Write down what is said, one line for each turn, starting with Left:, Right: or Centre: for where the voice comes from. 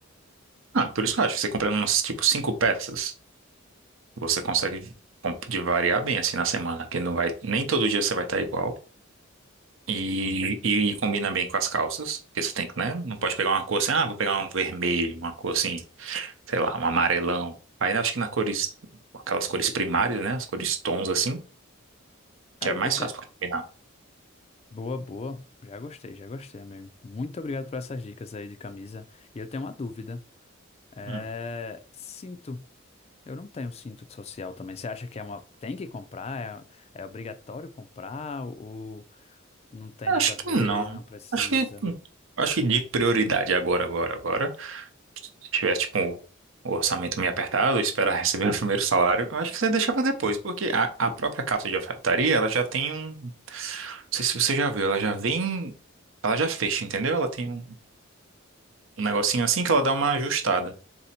Right: Ah, por isso que eu acho. que Você comprando umas, tipo, cinco peças, você consegue comp- de variar bem assim na semana, que não vai, nem todo dia você vai estar igual. E, e combina bem com as calças, porque você tem que, né? Não pode pegar uma cor assim, ah, vou pegar um vermelho, uma cor assim. sei lá, um amarelão. Aí eu acho que na cores, aquelas cores primárias, né? As cores tons assim,
Left: Ah,
Right: que
Left: eu,
Right: é mais
Left: eu tenho...
Right: fácil pra combinar.
Left: Boa, boa. Já gostei, já gostei, amigo. Muito obrigado por essas dicas aí de camisa. E eu tenho uma dúvida. É,
Right: Hum.
Left: cinto. Eu não tenho cinto social também. Você acha que é uma. Tem que comprar? É, é obrigatório comprar? Ou não tem
Right: Acho
Left: nada a ver?
Right: que não.
Left: Não precisa?
Right: Acho que, acho que de prioridade agora, agora, agora. Se tivesse, tipo, o orçamento meio apertado, esperar receber o primeiro salário, eu acho que você deixa pra depois, porque a, a própria calça de alfaiataria, ela já tem um. Não sei se você já viu, ela já vem. Ela já fecha, entendeu? Ela tem um um negocinho assim que ela dá uma ajustada.